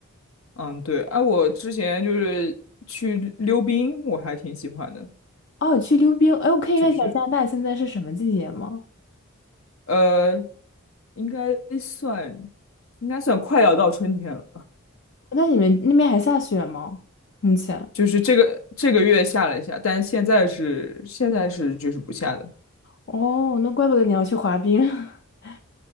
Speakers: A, on the left; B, on the left.
A: 嗯，对，哎、我之前就是去溜冰，我还挺喜欢的，
B: 哦，去溜冰，哎，我可以问一下加拿大现在是什么季节吗？
A: 就是呃，应该算应该算快要到春天了，
B: 那你们那边还下雪吗？目前？
A: 就是这个这个月下了一下，但现在是现在是就是不下的。
B: 哦，那怪不得你要去滑冰。<laughs>